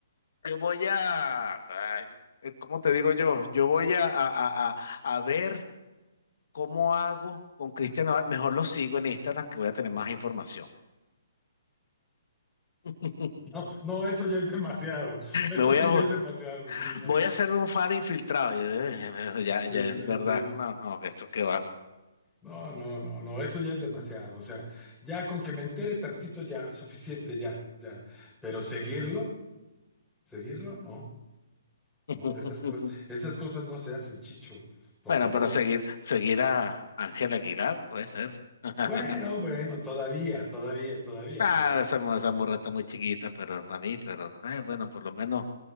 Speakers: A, on the left; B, in the centre.
A: yo voy a, ay, eh, ¿cómo te digo yo? Yo voy a, a, a- a- a ver cómo hago con Cristian. Nodal. Mejor lo sigo en Instagram que voy a tener más información. <laughs>
B: No, no, eso ya es demasiado. Eso
A: Me voy
B: sí
A: a, vol-
B: ya es demasiado, sí, no.
A: voy a hacer un fan infiltrado. Y, eh, ya, ya
B: Sí, sí,
A: es verdad.
B: sí.
A: No, no, que eso que va.
B: No, no, no, no, eso ya es demasiado. O sea, ya con que me entere tantito, ya, suficiente, ya, ya. Pero seguirlo, seguirlo, no,
A: <laughs>
B: no, esas cosas, esas cosas no se hacen, Chicho, por
A: Bueno,
B: favor.
A: pero seguir, seguir a Ángel Aguilar, puede ser. <laughs>
B: Bueno, bueno, todavía, todavía, todavía,
A: Ah,
B: digo,
A: esa, mu- esa morra está muy chiquita, pero para mí, pero eh, bueno, por lo menos